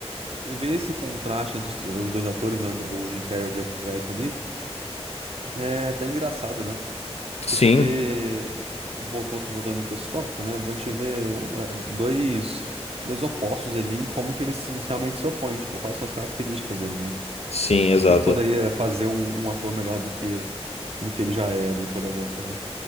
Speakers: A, on the right; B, on the left.
A: ver esse contraste entre os, os dois atores, né? O, Ja- o Jim Carrey e o Jack Black ali, é até engraçado, né? Porque
B: Sim,
A: você vê, voltou, voltando para esse tópico, né? A gente vê o- é, dois, dois opostos ali e como que eles se- realmente se opõem, tipo, quais são as características deles, né? O
B: sim, exato.
A: que que poderia fazer um, um ator melhor do que, do que ele já é ali, por exemplo, né?